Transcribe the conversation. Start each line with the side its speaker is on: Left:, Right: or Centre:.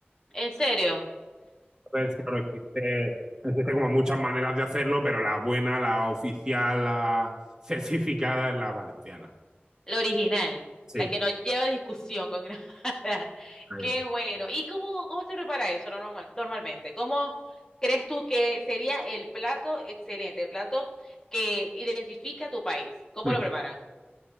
Left: ¿En serio?
Right: Pues claro, existe, existe como muchas maneras de hacerlo, pero la buena, la oficial, la certificada es la valenciana.
Left: La original,
Right: Sí,
Left: la que no lleva discusión con <laughs> nada.
Right: ahí
Left: Qué
Right: está.
Left: bueno. ¿Y cómo, cómo se prepara eso normal- normalmente? ¿Cómo crees tú que sería el plato excelente, el plato que identifica tu país? ¿Cómo
Right: Mm.
Left: lo preparan?